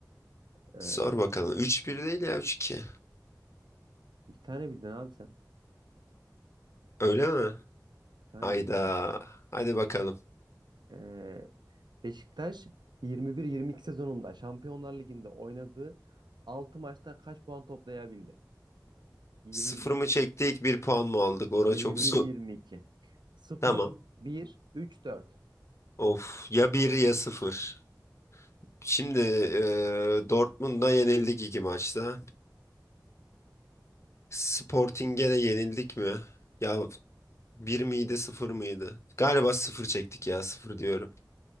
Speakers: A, on the right; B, on the left.
A: Ee,
B: Sor bakalım. Üç bir değil ya üç 2
A: bir tane bildin abi sen.
B: Öyle mi?
A: Bir tane
B: Hayda.
A: bildiğim.
B: Hadi bakalım.
A: Ee, Beşiktaş 21-22 sezonunda Şampiyonlar Ligi'nde oynadığı altı maçta kaç puan toplayabildi? 21,
B: Sıfır mı çektik, bir puan mı aldık? Ora
A: 21-22,
B: çok <laughs> zor.
A: 0,
B: Tamam.
A: 1, 3, 4.
B: Of, ya bir ya sıfır. Şimdi e, Dortmund'a yenildik iki maçta. Sporting'e de yenildik mi? Ya bir miydi, sıfır mıydı? Galiba sıfır çektik ya, sıfır diyorum.